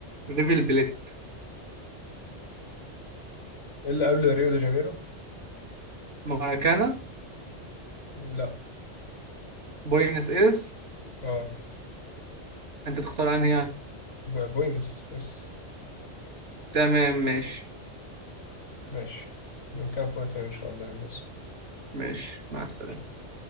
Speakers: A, on the right; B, on the left.
A: ريفل بليت
B: إيه اللي قبل ريو دي جانيرو
A: ماراكانا
B: لا
A: بوينس إيرس
B: اه
A: أنت تختار أنهي يعني؟
B: ب- بوينس اس
A: تمام ماشي
B: ماشي كان فوق تاني إن شاء الله يا هندسة
A: ماشي مع السلامة
B: شكرا